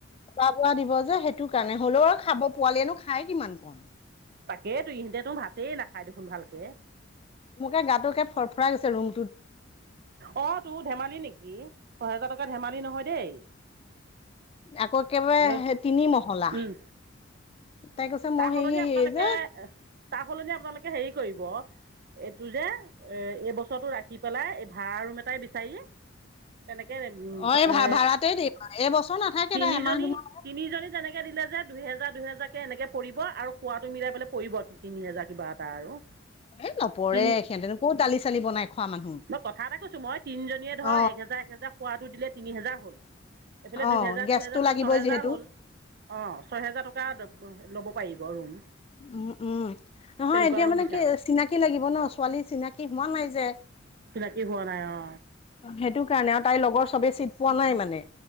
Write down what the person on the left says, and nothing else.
খোৱা বোৱা দিব যে, সেইটো কাৰণে। হ'লেও আৰু খাব পোৱালিয়েনো খাই কিমান কণ?
তোকে গাটোকে ফৰফৰাই গৈছে। ৰুম
আকৌ একেবাৰে
তিনি মহলা।
তাই কৈছে মই
হেৰি
এই যে
অ এই ভা ভাড়াতে দিম এই বছৰ নাথাকে
তাই এমাহ দুমাহ
এ নপৰে
সিহঁতেনো ক'ত দালি চালি বনাই খোৱা মানুহ
অ
অ
গেছটো
লাগিবই
যিহেতু
উম, উম। নহয়
এতিয়া
মানে
কি চিনাকি লাগিব ন? ছোৱালী চিনাকী হোৱা নাই যে।
সেইটো কাৰণে আৰু তাইৰ লগৰ চবে চিট পোৱা নাই মানে।